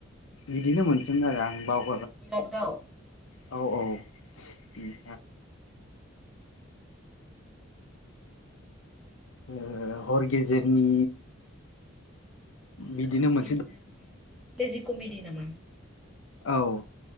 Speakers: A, on the left; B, in the centre.
A: बिदिनो मोनसोमोन आरो आं बाव
B: इरागदाव
A: औ औ। <unintelligible> ओ हर गेजेरनि बिदिनो
B: हर
A: मोनसे
B: गेजेरनि ट्रेजि कमिदि नामा
A: औ